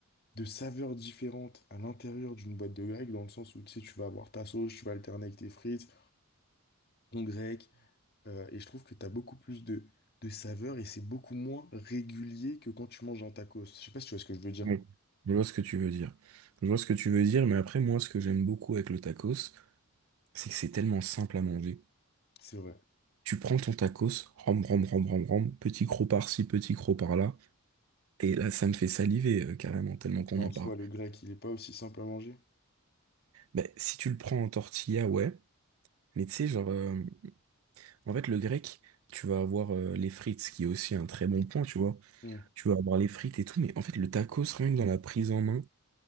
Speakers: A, on the left; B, on the right.
A: de saveurs différentes à l'intérieur d'une boîte de grec, dans le sens où, tu sais, tu vas avoir ta sauce, tu vas alterner avec tes frites, ton grec. euh, et je trouve que tu as beaucoup plus de, de saveurs et c'est beaucoup moins régulier que quand tu manges un tacos. Je sais pas si tu vois ce que je veux dire.
B: Oui, je vois ce que tu veux dire. Je vois ce que tu veux dire, mais après, moi, ce que j'aime beaucoup avec le tacos, c'est que c'est tellement simple à manger.
A: C'est vrai.
B: Tu prends ton tacos, ram, ram, ram, ram, ram, petit croc par-ci, petit croc par-là, et là, ça me fait saliver, euh, carrément, tellement qu'on
A: En
B: en parle.
A: soi, le grec, il est pas aussi simple à manger.
B: Ben, si tu le prends en tortilla, ouais, mais tu sais, genre, euh, en fait, le grec, tu vas avoir euh, les frites, ce qui est aussi un très bon point, tu vois.
A: Hmm.
B: Tu vas avoir les frites et tout, mais en fait, le tacos, rien que dans la prise en main,